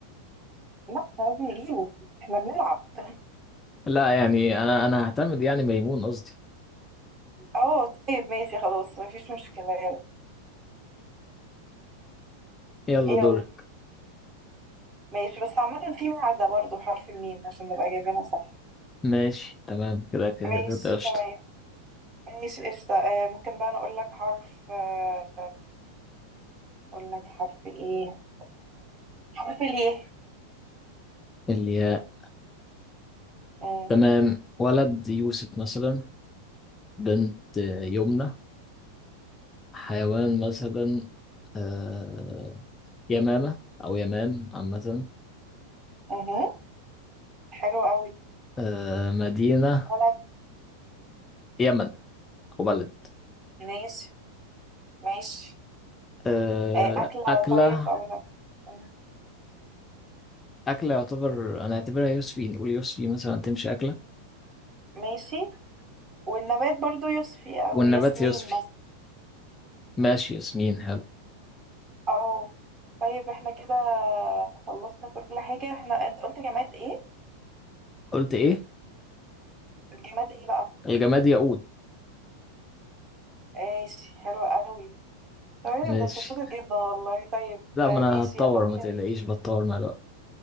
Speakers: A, on the right; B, on the left.
A: لا احنا لازم نجيبه احنا بنلعب <laughs>
B: لا يعني أنا أنا هعتمد يعني ميمون قصدي
A: اه طيب ماشي خلاص مفيش مشكله يلا
B: يلا
A: يلا
B: دورك
A: ماشي بس عامة في معزة برضه بحرف الميم عشان نبقى جايبينها صح
B: ماشي تمام كده كده
A: ماشي
B: كده قشطة
A: تمام ماشي قشطة آه، ممكن بقى أنا أقول لك حرف آه، أقول لك حرف إيه حرف الياء
B: الياء
A: مم.
B: تمام ولد يوسف مثلا بنت يمنى حيوان مثلا آه، يمامة أو يمام عامة
A: مهم. حلو أوي
B: آه، مدينة
A: بلد
B: يمن أو بلد
A: ماشي ماشي
B: آه،
A: آه، أكلة
B: أكلة
A: طيب أو نب... مم.
B: أكلة يعتبر أنا أعتبرها يوسفي نقول يوسفي مثلا تمشي أكلة
A: ماشي والنبات برضه يوسفي أو
B: والنبات
A: ياسمين
B: يوسفي
A: مثلا
B: ماشي ياسمين حلو
A: أو طيب احنا كده خلصنا كل حاجة احنا أنت قلت جماد إيه؟
B: قلت إيه
A: الجماد إيه بقى؟
B: الجماد ياقوت
A: ماشي حلو قوي تمام
B: ماشي
A: ده انت شاطر جدا والله طيب
B: لا
A: آه،
B: ما أنا
A: ماشي
B: هتطور
A: يلا قولي
B: ما تقلقيش بتطور مع الوقت